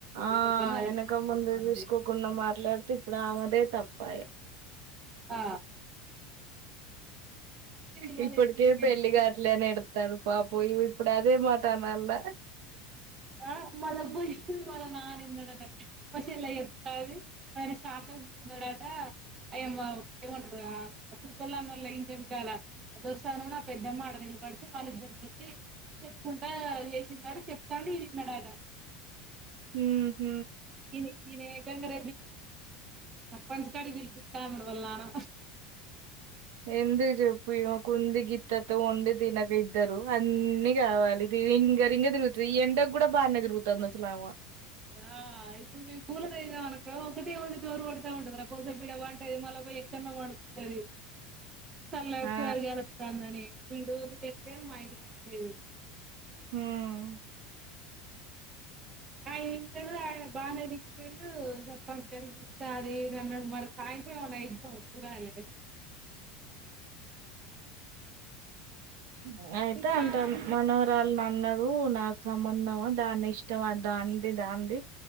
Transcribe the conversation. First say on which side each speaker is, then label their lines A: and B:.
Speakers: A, on the right; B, on the right.
A: ఆ
B: ఎవరి పని వాళ్ళకే
A: వెనక
B: సరిపోతదండి
A: ముందు చూసుకోకుండా మాట్లాడితే ఇప్పుడు ఆమెదే తప్పయే
B: ఆ ఏం విలువ
A: ఇప్పటికే
B: లేకపోయినప్పుడు
A: పెళ్లి కాట్లేని ఎడుతాల్లు పాపం ఈమె ఇప్పుడు అదే మాట మళ్ళ
B: ఆ మళ బుస్సు వాళ్ల పోయి వాళ్ళ నాన్న ఇన్నడట మా చెల్లె చెప్తాంది అనే స్టార్టింగ్ ఉన్నాడట అయమకలా ఏమంటారు ఆ తురుకోళ్ల అన్న ఇంటెనుకలా అద దొరసాని ఉన్న ఆ నా పెద్దమ్మ ఆడ నీల్బడుతు వాళ్ళిద్దరి చెప్పుకుంటా చేసిన్నాడు చెప్తాండు ఈనే విన్నాడు అట
A: ఉమ్
B: ఇ ననే ఏకంగా అ సర్పంచ్ కాడికి పిలిపిస్తాన్నాడు వాళ్ళ నాన్న
A: ఎందుకు చెప్పు ఇమ కుంది గిత్తతో వండి తినక ఇద్దరు అన్ని కావాలి ఇది రింగ రింగా తిరుగుతది ఈ ఎండకు కూడా బానే తిరుగుతదామా
B: ఆ ఇప్పుడు మేము కూలరేసిన అనుకో ఒకటే ఒకది డోర్ కొడతా ఉంటుంది కోసేపు ఈడ పంటది మళ్ళ పండుకుంటది సల్లగా
A: ఆ
B: కూలర్ గలుస్తాందని విండు వదిట్లే మా లేదు <unintelligible>
A: ఉమ్
B: ఆయన ఇండడు ఆయన బానేదిట్టలేదు సర్పంచ్ గారు సది నన్నెడు మరి సాయంత్రం పూరా అయి
A: ఉమ్అయితే
B: ఇప్పుడు
A: అంటాను
B: ఆమె
A: మనోరాల అన్నాడు నాకు సంబంధమా దాన్ని ఇష్టం అట దానిది